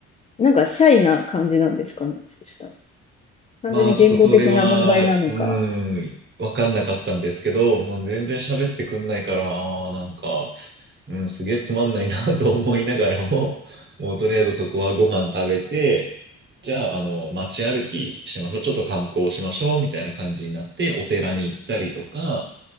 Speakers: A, on the left; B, on the right.
A: なんか、シャイな感じなんですかね。そしたら。単純に言語的な問題なのか。
B: まあちょっとそれは、うーん、わかんなかったんですけど、もう全然喋ってくんないから、あーなんか、うん、すげえつまんないな <laughs> と思いながらも、<laughs> もうとりあえずそこはご飯食べて、じゃあ、あの、街歩きしましょう。ちょっと観光しましょう。みたいな感じになって、お寺に行ったりとか、